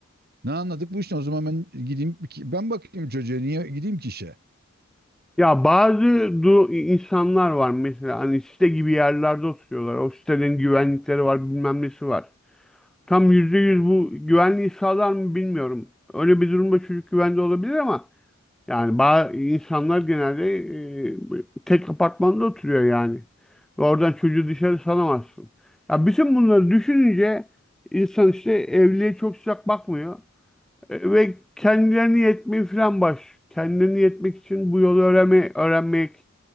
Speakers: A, on the right; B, in the centre.
A: Ne anladık bu işten? O zaman ben gideyim ki- ben bakayım çocuğa niye gideyim ki işe?
B: Ya bazı du insanlar var mesela hani site gibi yerlerde oturuyorlar. O sitelerin güvenlikleri var, bilmem nesi var. Tam yüzde yüz bu güvenliği sağlar mı bilmiyorum. Öyle bir durumda çocuk güvende olabilir ama Yani bazı insanlar genelde e, tek apartmanda oturuyor yani. Ve oradan çocuğu dışarı salamazsın. Ya bütün bunları düşününce insan işte evliliğe çok sıcak bakmıyor. E, ve kendilerini yetmeyi falan baş. Kendilerini yetmek için bu yolu öğrenme, öğrenmek